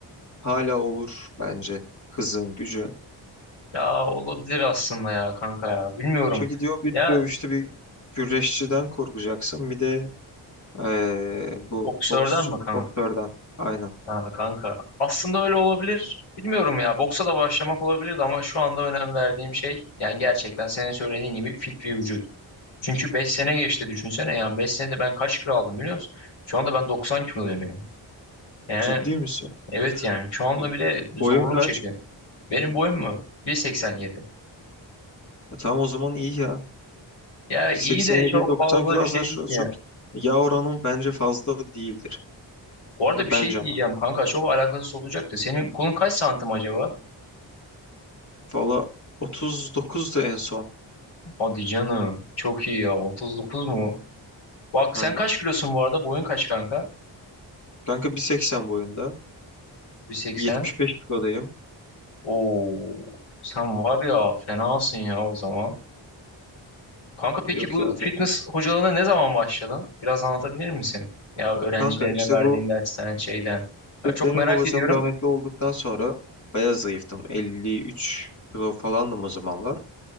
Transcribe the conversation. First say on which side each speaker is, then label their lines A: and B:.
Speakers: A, on the left; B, on the left.
A: hala olur bence hızın, gücün.
B: Ya olabilir aslında ya kanka ya. Bilmiyorum.
A: çünkü diyor bir
B: Ya
A: dövüşte bir güreşçiden korkacaksın. Bir de e, bu
B: boksörden
A: boksçu,
B: mi kan
A: boktörden. Aynen.
B: ha, kanka? Aslında öyle olabilir. Bilmiyorum ya. Boksa da başlamak olabilirdi ama şu anda önem verdiğim şey yani gerçekten senin söylediğin gibi fit bir vücut. Çünkü 5 sene geçti düşünsene yani 5 senede ben kaç kilo aldım biliyor musun? Şu anda ben 90 kiloluyum yani. He,
A: Ciddi misin?
B: Evet yani şu anda
A: İyi.
B: bile
A: Boyun
B: zorluk
A: kaç?
B: çekiyor. Benim boyum mu? 1.87.
A: E, tamam o zaman iyi ya.
B: Ya iyi
A: Bir 87'ye
B: de çok
A: 90
B: fazla
A: kilo
B: bir
A: aslında
B: şey
A: şu
B: değil ya.
A: çok yağ oranı bence fazla değildir.
B: Bu arada
A: Yani
B: bir
A: bence
B: şey diyeceğim
A: ama.
B: kanka çok alakasız olacak da senin kolun kaç santim acaba?
A: Valla 39'du en son.
B: Hadi canım çok iyi ya 39 mu? Bak
A: Aynen.
B: sen kaç kilosun bu arada boyun kaç kanka?
A: Kanka 1.80 boyunda.
B: 1.80.
A: 75 kilodayım.
B: Oo sen var ya fenasın ya o zaman. Kanka peki
A: Yok
B: bu
A: ya. falan.
B: fitness hocalarına ne zaman başladın? Biraz anlatabilir misin? Ya öğrencilerine
A: Kanka işte
B: verdiğin
A: bu
B: dersten şeyden.
A: işte
B: Ya çok
A: benim
B: merak
A: bu hocam
B: ediyorum.
A: rahmetli olduktan sonra bayağı zayıftım. 53 kilo falandım o zamanlar.